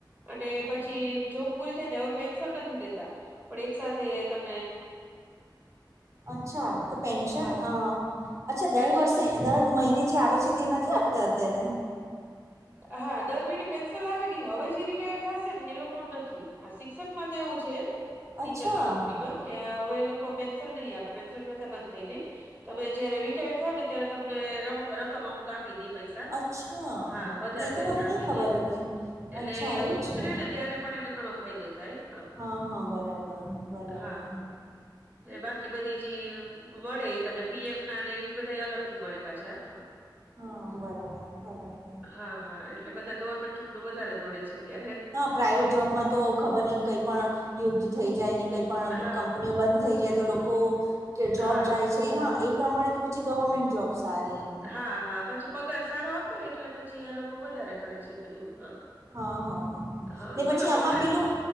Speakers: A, on the right (about 20°); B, on the right (about 40°).
A: અને
B: હા
A: પછી જોબ પૂરી થઈ ને હવે પેન્સલ નથી દેતા પણ એક સાથે ત
B: અચ્છા તો પેન્શન
A: હા
B: અ અચ્છા દર
A: પેન્શન
B: વર્ષે દર મહિને જે આવે છે તે નથી આપતા અત્યારે?
A: હા દર મહિને પેન્સલ આવે ને હવે જે રિટાયર થશે ને એ લોકો નથી. આ શિક્ષક માં તો એવું છે ટીચરની
B: અચ્છા
A: નોકરીમાં. કે હવે એ લોકો પેન્સિલ નહી આપે પેન્સિલ પ્રથા બંધ થઈ ગઈ. તમે જયારે રિટાયર્ડ થાવ ને ત્યારે તમને રમક-રકમ અમુક આપી દે પૈસા
B: અચ્છા
A: હા વધારે
B: તે તો
A: પૈસા
B: મને
A: આપી
B: નહી ખબર
A: દે એટલે
B: હતી અચ્છા એવું છે
A: ઉતરે ને ત્યારે પણ એને ઘણો ફાયદો થાય.
B: હા હા બરાબર બરાબર
A: હા બાકી બધી જે વડે એ તમને પીએફ ના ને એ બધાય અલગ થી મળે પાછા હા.
B: હા બરાબર બરાબર.
A: હા હા એટલે બધા ગવર્મેન્ટ જોબનું વધારે દોડે છે અત્યારે
B: પ્રાાઈવેટ જોબમાં તો ખબર નહી કઈ પણ યુદ્ધ થઈ જાય ને કઈ પણ
A: હા
B: કંપનીઓ બંધ થઈ જાય તો લોકો કે જોબ
A: હા
B: જાય છે. હા એ પ્રમાણે તો પછી ગવર્મેન્ટ જોબ સારી એમ.
A: હા હા પછી પગાર સારો આપે એટલે પછી આ લોકો વધારે કરે છે એ બધું હા.
B: હા હા
A: હા
B: ને પછી
A: કેમ
B: આમાં
A: મોટા
B: પેલું